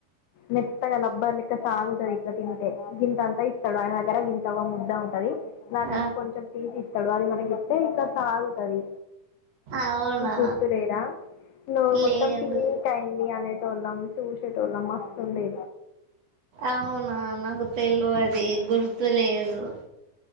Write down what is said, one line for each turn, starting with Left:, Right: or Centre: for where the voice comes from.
Left: నెట్ ప బ్బర్ క సాగుతుది ఇట్లా తింటే గింత అంతా ఇస్తాడు ఆయన దగ్గర గింత ముద్ద ఉంటది నాలు
Right: ఆ,
Left: కొంచెం తీజ చెడు అది మన ఎప్పే ఇట్లా సాగుతుది
Right: అవునా
Left: గుర్తు లేదా నోరు మొత్తం
Right: లేదు
Left: పిట్ అయింది అనే లం చూచిటల మస్తుండే
Right: అవునా నా గుత్త ఎల్లో అదే గుర్తులేదు